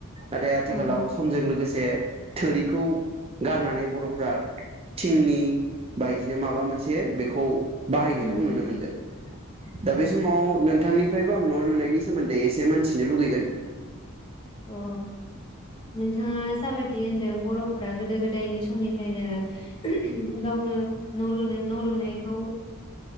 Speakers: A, on the right; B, on the left.
A: नाथाय आथिखालाव
B: औ
A: समजों लोगोसे थोरिखौ गारनानै बर'फ्रा थिंनि बायदिनो माबा मोनसे बेखौ बाहायनायखौ
B: उम
A: नुनो
B: उम
A: मोनदों। दा
B: औ
A: बे समाव नोंथांनिफ्रायबो आं न' लुनायनि सोमोन्दै एसे मोनथिनो लुगैगोन।
B: अ, नोंथाङा जाबादि होनदों बर'फोरा गोदो गोदायनि समनिफ्रायनो गावनो न लुनाय न लुनायखौ